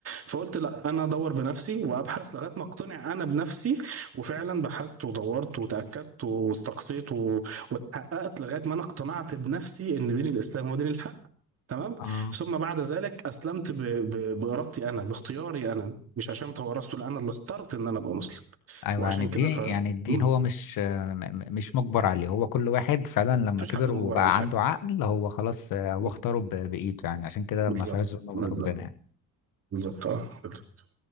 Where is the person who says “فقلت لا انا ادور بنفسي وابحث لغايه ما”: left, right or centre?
Right